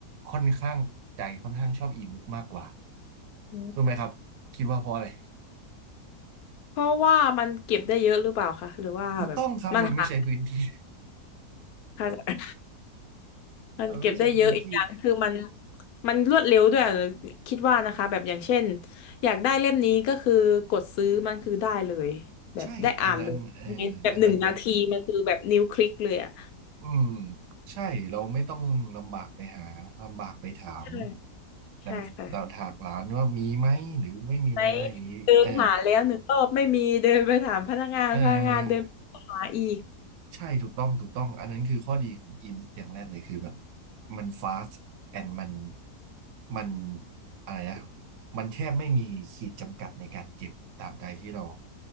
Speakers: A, on the right (about 80°); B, on the left (about 70°).
A: ค่อนข้างใจค่อนข้างชอบอีบุ๊กมากกว่า
B: อืม
A: รู้ไหมครับคิดว่าเพราะอะไร
B: เพราะว่ามันเก็บได้เยอะหรือเปล่าคะหรือว่าแบบมันหา
A: ถูกต้องครับมันไม่ใช้พื้นที่
B: ค่ะ
A: <laughs>
B: มันเก็บได้เยอะอีกอย่างคือมัน
A: มันไม่ใช้พื้นที่
B: มันรวดเร็วด้วยอะคิดว่านะคะแบบอย่างเช่นอยากได้เล่มนี้ก็คือกดซื้อมันคือได้เลยแบบได้อ่านเลยในแบบหนึ่งนาทีมันคือแบบนิ้วคลิกเลยอะ
A: ใช่อันนั้นเอออันนั้นอัน อืมใช่เราไม่ต้องลำบากไปหาลำบากไปถาม
B: ใช่
A: ดังเราถากร้านว่ามีไหมหรือไม่มีไหมอะไรอย่างนี้เออ
B: ใช่ค่ะ ไหมเดินหาแล้วหนึ่งรอบไม่มีเดินไปถามพนักงานพนักงานเดินไปหาอีก
A: เออใช่ถูกต้องถูกต้องอันนั้นคือข้อดีของอินอย่างแรกเลยคือแบบมัน fast and มันมันอะไรนะมันแทบไม่มีขีดจำกัดในการเก็บตามใดที่เรา